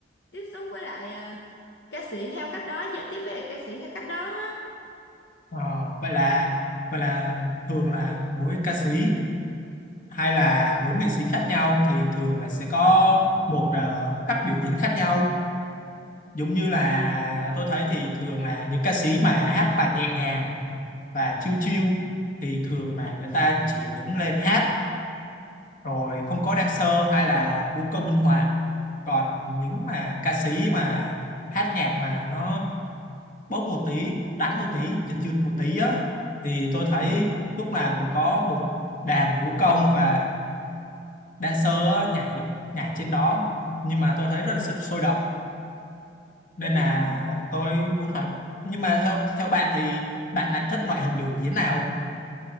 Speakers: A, on the left; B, on the left.
A: tiếp xúc với lại ờ, ca sĩ theo cách đó giao tiếp với ca sĩ theo cách đó á.
B: Ờ, vậy là vậy là thường là mỗi ca sĩ hay là mỗi nghệ sĩ khác nhau thì thường là sẽ có một ờ, cách biểu diễn khác nhau giống như là tôi thấy thì thường là những ca sĩ mà hát bài nhẹ nhàng và chill chill thì thường là người ta chỉ đứng lên hát rồi không có dancer hay là vũ công minh họa còn những mà ca sĩ mà hát nhạc mà nó bóp một tí đánh một tí giật giật một tí á thì tôi thấy lúc nào cũng có một đàn vũ công và dancer á, nhảy nhảy trên đó nhưng mà tôi thấy rất là sôi sôi động nên
A: Đúng
B: là
A: rồi.
B: tôi muốn hỏi nhưng mà theo theo bạn thì bạn lại thích loại hình biểu diễn nào